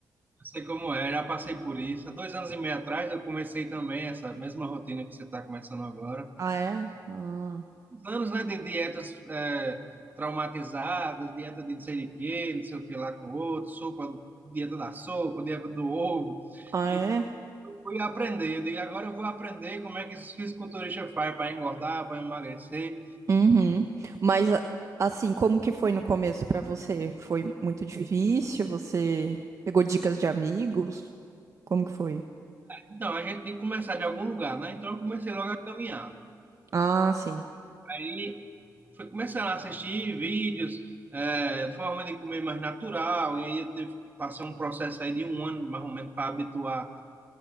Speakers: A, on the right; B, on the right.
A: Eu sei como é, já passei por isso. Há dois anos e meio atrás eu comecei também essa mesma rotina que você está começando agora.
B: Ah, é? Ah,
A: Anos, né, de dietas é, traumatizadas, dieta de não sei de quê, não sei o que lá com o outro, sopa, dieta da sopa, dieta do ovo.
B: ah,
A: Enfim,
B: é?
A: eu fui aprender. Eu digo, agora eu vou aprender como é que esses fisiculturistas fazem para engordar, para emagrecer.
B: Uhum. Mas a- assim, como que foi no começo pra você? Foi muito difícil? Você pegou dicas de amigos? Como que foi?
A: Então, a gente tem que começar de algum lugar, né? Então eu comecei logo a caminhar.
B: Ah, sim.
A: Aí foi começando a assistir vídeos, é, forma de comer mais natural, e aí eu tive que passar um processo aí de um ano, mais ou menos, para habituar